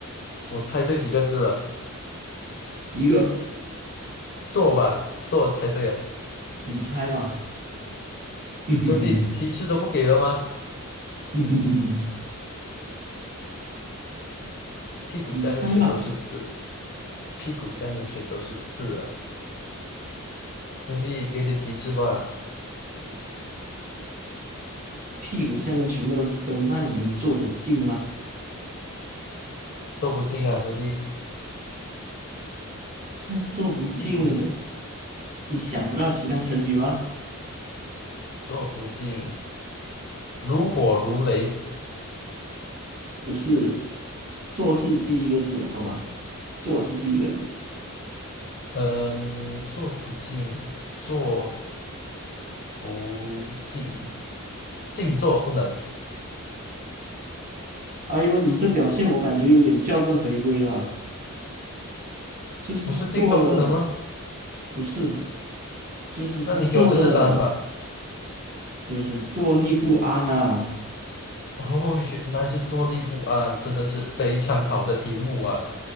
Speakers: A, on the left; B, on the right.
A: 我猜对几个字了？
B: 一个。
A: 坐吧，坐猜对啊！
B: 你猜吧，<laughs> 哼哼哼，
A: 兄弟，提示都不给了吗？
B: 哼哼哼哼，
A: 屁股下面全都是刺，
B: 你猜吧，
A: 屁股下面全都是刺啊！兄弟，给点提示吧，
B: 屁股下面全部都是针，那你能坐得进吗？
A: 都不进啊，兄弟，
B: 那坐不进，
A: 屁股下
B: 你想不到其他成语吗？
A: 坐不进，如火如雷，
B: 不是，做事第一个字，好吧？做事第一个字。
A: 嗯，坐不进，坐不进，静坐不能，
B: 哎呦，你这表现我感觉有点校正回归了，就是他做的
A: 不是静坐不能吗？
B: 不是，就是他做的
A: 那你给我这这单吧。
B: 就是坐立不安啊，
A: 哦，原来是坐立不安，真的是非常好的题目啊！